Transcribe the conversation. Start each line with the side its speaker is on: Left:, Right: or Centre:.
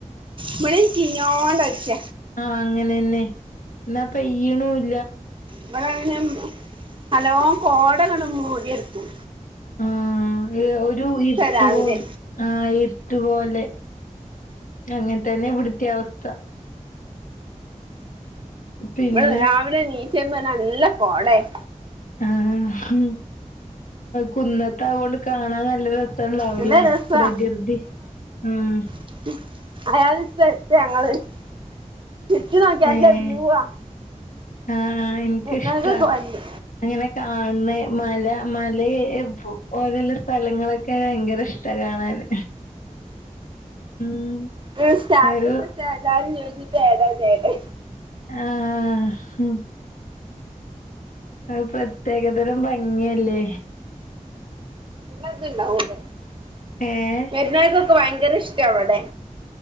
Right: ഇവിടെ ചീഞ്ഞോണ്ട് കളിച്ച
Left: ആഹ് അങ്ങനെന്നെ എന്നാ പെയ്യണുൽ
Right: ഇവടെങ്ങനെയാന്നോ ഹലോ കോട അങ്ങട് മൂടിടക്കും
Left: ആഹ് ഒരു ഇരുട്ട്
Right: രാവിലെ
Left: പോൽ ആഹ് ഇരുട്ടുപോലെ അങ്ങനെ തന്നെ ഇവിടുത്തെയും അവസ്ഥ പിന്നെ
Right: ഇവടെ രാവിലെ എനീച്ചപ്പ നല്ല കോടയാ
Left: ആഹ് കുന്നത്തായോണ്ട് കാണാൻ നല്ലൊരു രസണ്ടാവില്ലേ
Right: നല്ല രസാ
Left: പ്രകൃതി ഉം
Right: <unintelligible> നോക്കിയ നല്ല
Left: ഏഹ്
Right: വ്യൂവാ
Left: ആഹ് ഇനിക്കിഷ്ടാ
Right: എന്നൊക്കെ കൊല്ല്
Left: അങ്ങനെ കാണണേ മല മല ഓരുള്ള സ്ഥലങ്ങളൊക് ക്കെ ഭയങ്കര ഇഷ്ട കാണാന് ഉം
Right: ഉം സ്റ്റാറ്റസ്ച്ചാ
Left: ഒരു
Right: എല്ലാരും ചോയ്ച്ചും ഇതെടെ ഇതെടെ
Left: ആഹ് ഉം ഒരു പ്രത്യേകതരം ഭംഗിയല്ലേ
Right: <unintelligible>
Left: ഏഹ്
Right: വെര്ന്നോൽക്കൊക്കെ ഭയങ്കര ഇഷ്ട ഇവിടെ